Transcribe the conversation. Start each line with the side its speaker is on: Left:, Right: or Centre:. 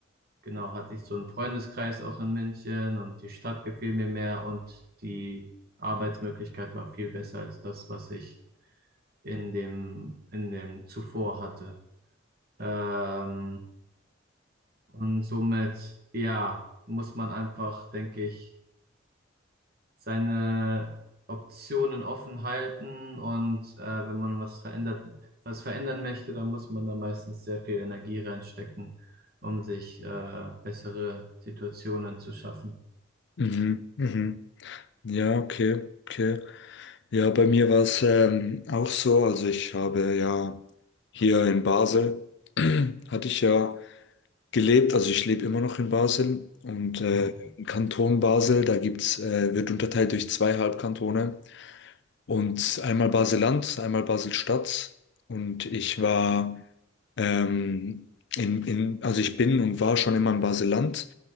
Right: Genau, hatte ich so einen Freundeskreis auch in München und die Stadt gefiel mir mehr und die Arbeitsmöglichkeit war viel besser als das, was ich in dem, in dem zuvor hatte. Ähm, und somit, ja, muss man einfach, denke ich, seine Optionen offen halten und äh, wenn man was verändert, was verändern möchte, dann muss man da meistens sehr viel Energie reinstecken, um sich äh, bessere Situationen zu schaffen.
Left: Mhm, mhm. Ja, okay, okay. Ja, bei mir war es ähm, auch so. Also ich habe ja hier in Basel, <clears throat> hatte ich ja gelebt. Also ich lebe immer noch in Basel und äh,
Right: Mhm.
Left: Mhm. im Kanton Basel, da gibt's, äh, wird unterteilt durch zwei Halbkantone und einmal Basel-Land, einmal Basel-Stadt. Und ich war ähm, in, in, also ich bin und war schon immer in Basel-Land,